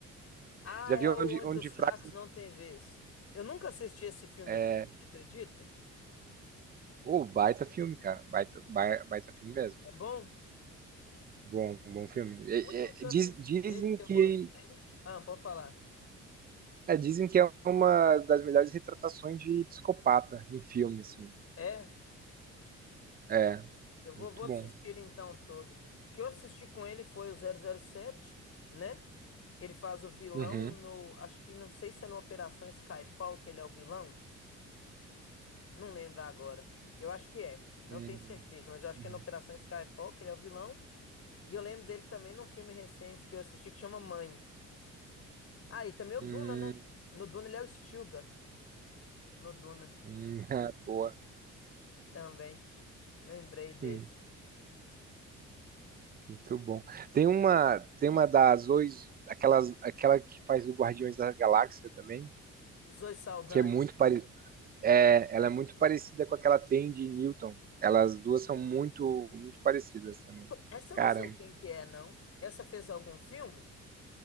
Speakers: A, on the left (about 50°); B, on the right (about 30°).
A: Ah,
B: Já
A: é
B: viu
A: o
B: onde,
A: Onde
B: onde
A: os Fracos
B: fraco.
A: Não Têm Vez. Eu nunca assisti esse filme
B: É...
A: todo, você acredita?
B: Ô, baita filme, cara. Baita, bai- baita filme mesmo.
A: É bom?
B: Bom, bom filme. É,
A: O último
B: é,
A: que eu assisti
B: diz- dizem
A: dele, que eu
B: que
A: gostei. Ah, pode falar.
B: é, dizem que é uma das melhores retratações de psicopata em filme, assim.
A: É,
B: É,
A: eu vou,
B: muito
A: vou assistir
B: bom.
A: ele então todo. O que eu assisti com ele foi o zero zero sete, né? Ele faz o vilão
B: Uhum.
A: no. Acho que não sei se é no Operação Skyfall que ele é o vilão. Não lembro agora. Eu acho que é. Não
B: Hum,
A: tenho certeza, mas eu acho
B: uhum.
A: que é na Operação Skyfall, que ele é o vilão. E eu lembro dele também num filme recente que eu assisti que chama Mãe. Ah, e também o Duna,
B: Hum,
A: né? No Duna ele é o Stilgar. No Duna
B: hum, <laughs> ah, boa.
A: também. Lembrei desse.
B: Hum, muito bom. Tem uma, tem
A: Hum,
B: uma da Zoe, aquelas, aquela que faz o Guardiões da Galáxia também,
A: Zoe Saldanha.
B: que é muito pare, é, ela é muito parecida com aquela Tandy Newton. Elas duas são muito, muito parecidas também.
A: Essa
B: Caramba.
A: eu não sei quem que é, não. Essa fez algum filme?